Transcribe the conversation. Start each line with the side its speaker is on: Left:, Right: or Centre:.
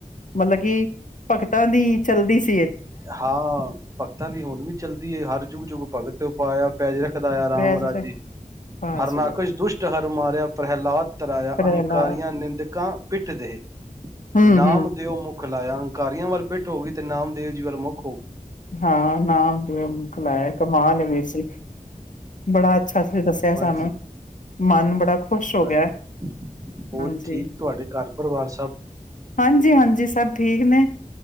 Left: ਮਤਲਬ ਕਿ ਭਗ ਤਾਂ ਦੀ ਚੱਲਦੀ ਸ
Right: ਹਾਂ ਭਗਤਾਂ ਦੀ ਹੁਣ ਵੀ ਚੱਲਦੀ ਏ। ਹਰ ਜੁੱਗ-ਜੁਗ ਭਗਤ ਉਪਾਇਆ ਪੈਜ ਰੱਖਦਾ ਆਇਆ ਰਾਮ
Left: ਪੈਜ
Right: ਰਾਜੇ,
Left: ਪੈ ਵਾਹ
Right: ਹਰਨਾਕਸ਼
Left: ਜੀ ਵਾਹ
Right: ਦੁਸ਼ਟ ਹਰ ਮਾਰਿਆ ਪ੍ਰਹਿਲਾਦ ਤਰਾਇਆ,
Left: ਪ੍ਰਹਿਲਾਦ
Right: ਅਹੰਕਾਰੀਆਂ ਨਿੰਦਕਾਂ ਪਿੱਠ ਦੇਹ,
Left: ਹੂੰ
Right: ਨਾਮ
Left: ਹੂੰ
Right: ਦਿਓ ਮੁਖ ਖਿਲਾਇਆ ਅੰਕਾਰੀਆਂ ਵੱਲ ਪਿੱਠ ਹੋ ਗਈ ਤੇ ਨਾਮ ਦੇ ਜੀਰ ਮੁੱਖ
Left: ਹਾਂ, ਨਾਮ ਤ ਮੁਖ ਲਆ ਕਮਾਲ ਲ ਵੀਰ ਸੀ ਬੜਾ ਸੱਚ ਦੱਸਿਆ ਸਾਨੂੰ
Right: ਬਸ ਜੀ
Left: ਮਨ ਬੜਾ ਖੁਸ਼ ਹੋ
Right: ਹਾਂਜੀ
Left: ਗਿਆ,
Right: ਹੋਰ
Left: ਹਾਂਜੀ
Right: ਠੀਕ ਤੁਹਾਡੇ ਘਰ ਪਰਿਵਾਰ ਸਭ
Left: ਹਾਂਜੀ ਹਾਂਜੀ ਸਭ ਠੀਕ ਨੇ